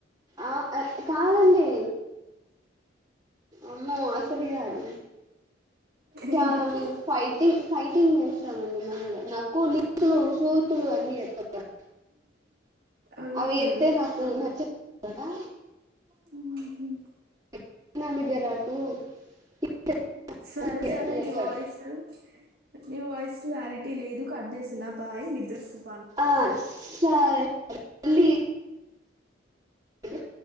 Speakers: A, on the right (about 20°); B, on the right (about 50°).
A: ఆ ఇ కాదండి అమ్మో అసలే కాదు చాలా
B: ఎందుకు
A: మేమ్ ఫైటింగ్ ఫైటింగ్ చేస్తామ్ <inaudible> నాకు <inaudible> అన్నీ చెత్తం
B: ఆహా
A: అవి చెప్తే నాకు నచ్చదు కదా
B: హ్మ్ హు
A: <inaudible>
B: సరే సరే
A: చెప్పండి
B: మీ వాయిసు నీ వాయిస్ క్లారిటీ లేదు కట్ చేస్తున్నా బాయ్ నిద్ర ఒస్
A: ఆ సరే మా <unintelligible>